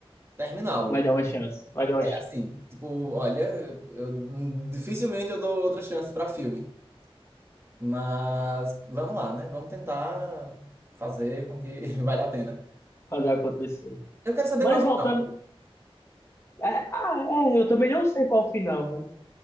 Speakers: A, on the right; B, on the left.
A: terminá-lo.
B: Vai dar uma chance. Vai dar uma
A: É
B: chance.
A: assim, tipo, olha, eu- dificilmente eu dou outra chance pra filme. Mas vamos lá, né? Vamos tentar fazer com que <laughs> valha a pena.
B: Fazer acontecer.
A: Eu quero saber
B: Mas
A: qual é o
B: voltando.
A: final.
B: É, ah, é, eu também não sei qual o final, velho.